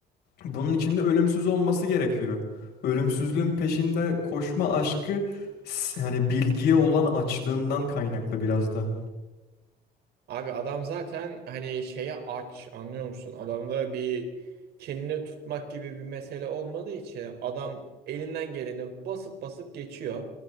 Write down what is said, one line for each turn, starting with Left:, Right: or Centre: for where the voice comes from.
Left: Bunun için de ölümsüz olması gerekiyor. Ölümsüzlüğün peşinde koşma aşkı s- hani bilgiye olan açlığından kaynaklı biraz da.
Right: Abi adam zaten hani şeye aç anlıyor musun? Adamda bir kendini tutmak gibi bir mesele olmadığı için adam elinden geleni basıp basıp geçiyor.